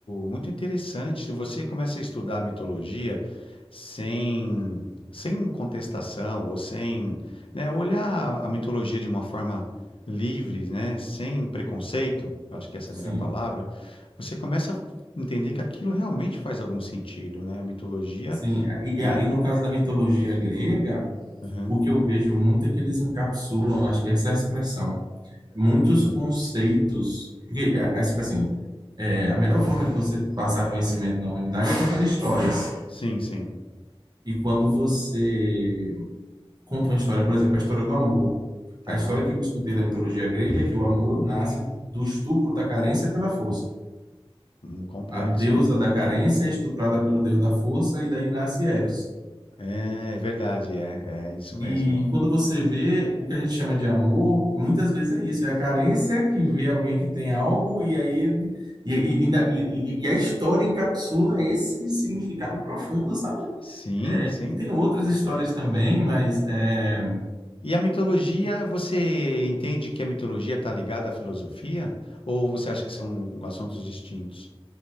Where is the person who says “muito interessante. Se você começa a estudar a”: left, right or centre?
Left